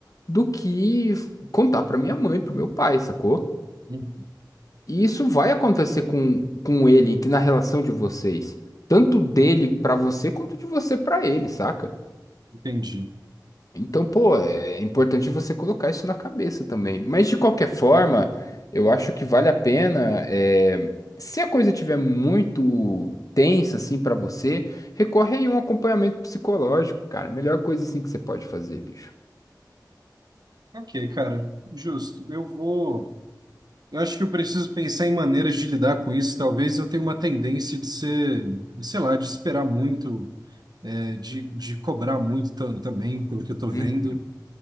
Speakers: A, on the left; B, on the right.
A: do que contar pra minha mãe, pro meu pai, sacou?
B: hum,
A: E isso vai acontecer com, com ele, ent- na relação de vocês. Tanto dele pra você, quanto de você pra ele, saca?
B: Entendi.
A: Então, pô, é é importante você colocar isso na cabeça também. Mas de qualquer forma, eu acho que vale a pena. é, Se a coisa estiver muito tensa, assim, pra você, recorre aí a um acompanhamento psicológico, cara. Melhor coisa, assim, que você pode fazer, bicho.
B: Ok, cara, justo. Eu vou. Eu acho que eu preciso pensar em maneiras de lidar com isso. Talvez eu tenha uma tendência de ser, sei lá, de esperar muito, é, de, de cobrar muito tam- também, pelo que eu tô vendo.
A: Uhum,